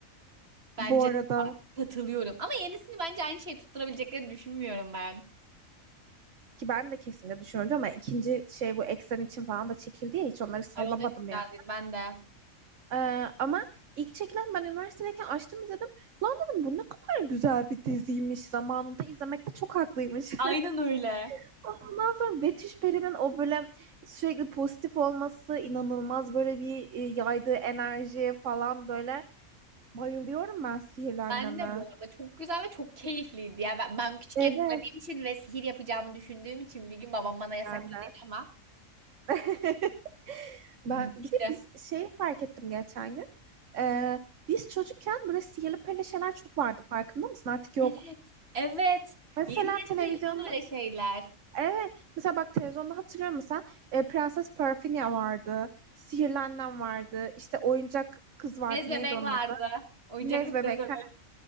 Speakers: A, on the right; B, on the right.
A: Bence
B: Bu arada
A: de bu arada. Katılıyorum. Ama yenisini bence aynı şeyi tutturabileceklerini düşünmüyorum ben.
B: ki ben de kesinlikle düşünüyorum ama ikinci şey bu Eksen için falan da çekildi ya hiç onları sallamadım
A: Ay o da güzel
B: ya.
A: değil. Ben de.
B: Ee, ama ilk çekilen ben üniversitedeyken açtım izledim. Lan dedim bu ne kadar güzel bir diziymiş zamanında izlemekte çok haklıymış.
A: Aynen
B: <laughs>
A: öyle.
B: Ondan sonra Betüş Peri'nin o böyle sürekli pozitif olması inanılmaz. Böyle bir e, yaydığı enerji falan böyle. Bayılıyorum ben sihirlenmeme.
A: Ben de bu arada çok güzel ve çok keyifliydi. Ya ben, ben küçükken
B: Evet.
A: izlediğim için ve sihir yapacağımı düşündüğüm için bir gün babam bana yasakladıydı
B: Ben de.
A: ama
B: <laughs>
A: <laughs>
B: Ben bir
A: işte.
B: de biz şey fark ettim geçen gün. Ee, biz çocukken böyle sihirli perili şeyler çok vardı farkında mısın? Artık yok.
A: Evet. Evet.
B: Mesela
A: Yeni nesle
B: televizyonda
A: yok böyle şeyler.
B: evet mesela bak televizyonda hatırlıyorum mesela e, Prenses Perfinia vardı. Sihirlenlen vardı. İşte oyuncak kız vardı.
A: Bez bebek
B: Neydi onun
A: vardı.
B: adı?
A: Oyuncak
B: Nez
A: kız
B: Bebek.
A: bez bebek.